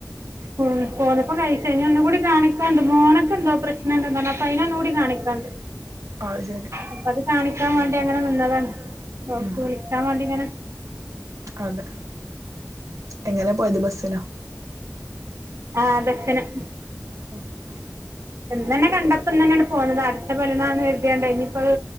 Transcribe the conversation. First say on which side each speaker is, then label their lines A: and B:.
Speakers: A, on the right (about 60°); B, on the right (about 90°).
A: ഉം പോലപ്പ കീ ന ഒന്നുകൂടി കാണിക്കാണ്ട് മോണൊക്കെ എന്തോ പ്രശ്നണ്ട അപ്പൊ അതിനെ ഒന്നുകൂടി കാണിക്കാണ്ട്
B: അത് ശെരി
A: അപ്പ അത് കാണിക്കാൻ വേണ്ടി അങ്ങനെ നിന്നതാണ് നോക്കി
B: ഉം
A: വിളിക്കാൻ വേണ്ടി ഇങ്ങനെ
B: അത് എങ്ങനെ പോയത് ബസിനോ
A: ആഹ് ബസിന്.
B: ആഹ്.
A: ഇന്ന്ന്നെ കണ്ടപ്പ ഇന്ന് തന്നെയാണ് പോന്നത അടച്ച പലിനാന്ന് കരുതിയണ്ടയ് ഇനിയിപ്പത്.